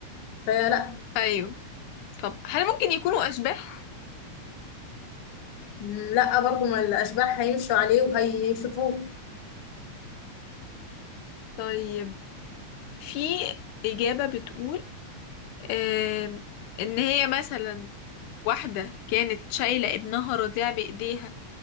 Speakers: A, on the left; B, on the left.
A: فلا
B: أيوه طب هل ممكن يكونوا أشباح
A: مم، لا برضه ما الاشباح هيمشوا عليه وهيشوفوه
B: طيب في إجابة بتقول آم، إن هي مثلا واحدة كانت شايلة ابنها رضيع بإيديها